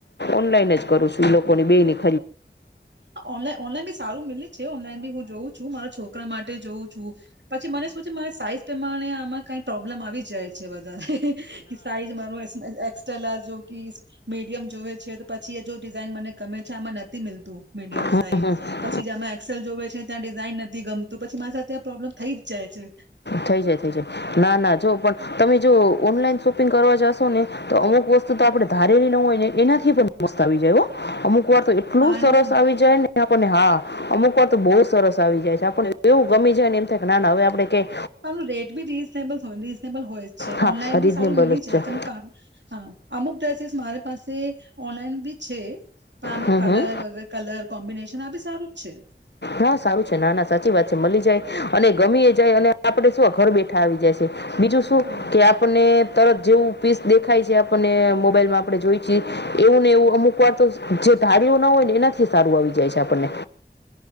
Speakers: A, on the left; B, on the right.
A: ઓનલાઈન જ કરું છું, એ લોકોની બેય ની
B: ઓનલાન ઓનલાઈન બી સારું મિલે છે, ઓનલાઈન બી હું જોઉં છું મારા છોકરા માટે જોઉં છું, પછી મને શું છે મારે સાઈઝ પ્રમાણે આમાં કઈ પ્રોબ્લેમ આવી જાય છે વધારે ઈ સાઇઝ મારો એસ એક એક્સ્ટ્રા લાર્જ <unintelligible> જોવે છે, તો પછી એ જો ડિઝાઇન મને ગમે છે, આમાં નથ થી મીલતું. મીડિયમ
A: મને
B: સાઈઝ,
A: નથી ગમતી હમ હમ હા ચિંતા લાગશે તો હવે ચિંતાની કાંઈ નથી કરવું તો વસ્તુ થઈ જાય પણ થઈ જ જાય છે. થઈ જાય
B: પછી જેમાં એક્સેલ જોવે છે, ત્યાં ડિઝાઇન નથી થી ગમતું પછી મારી સાથે આ પ્રોબ્લેમ થઈ જ જાય છે.
A: થઈ જાય થઈ જાય ના ના જો પણ તમે જો ઓનલાઈન શોપિંગ કરવા જશો, ને તો અમુક વસ્તુ તો આપણે ધારેલી ન હોય ને એનાથી પણ મસ્ત આવી જાય હો અમુક વાર તો એટલું
B: હા
A: સરસ
B: એના
A: આવી જાય ને આપણને હા અમુક વાર તો બહુ જ સરસ આવી જાય છે, આપણને એવું ગમી જાય ને એમ થાય કે ના ના હવે આપડે કે
B: સારું રેટ બી રીઝનેબલ હોય રીઝનેબલ હોય જ છે,
A: હા
B: ઓનલાઈન
A: રીઝનેબલ
B: બી સારું મિલી
A: જ છે
B: જાય
A: સાચી વાત
B: છેા તમે કામ અમુક ડ્રેસ સ મારે પાસે ઓનલાઈન બી છે પણ આમાં
A: હમ
B: કલર
A: હમ
B: વગ કલર કોમ્બિનેશન આ બી સારું જ છે.
A: હા સારું છે ના ના સાચી વાત છે મળી જાય અને ગમીએ જાય અને આપડણે શું ઘર બેઠા આવી જાય છે. બીજું શું
B: હા,
A: કે આપણને તરત જેવું પીસ દેખાય છે આપને મોબાઈલમાં આપણે જોઈ છીએ એવું ને એવું અમુક વાર તો જે ધારીઓ ન હોય ને એનાથી સારું આવી જાય છે આપણને